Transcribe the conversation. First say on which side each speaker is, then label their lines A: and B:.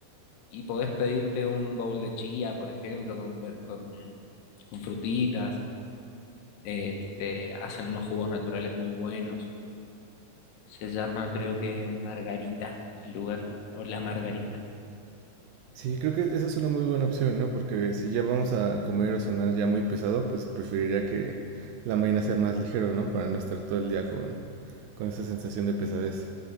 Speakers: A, on the left (about 75°); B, on the right (about 85°).
A: y podés pedirte un bowl de chía, por ejemplo, con, ver- con, con frutitas. Eh, Este, hacen unos jugos naturales muy buenos. Se llama, creo que Margarita, el lugar, o La Margarita.
B: Sí, creo que esa es una muy buena opción, ¿no? Porque si ya vamos a comer o cenar ya muy pesado, pues preferiría que la mañana sea más ligero, ¿no? Para no estar todo el día con, con esa sensación de pesadez.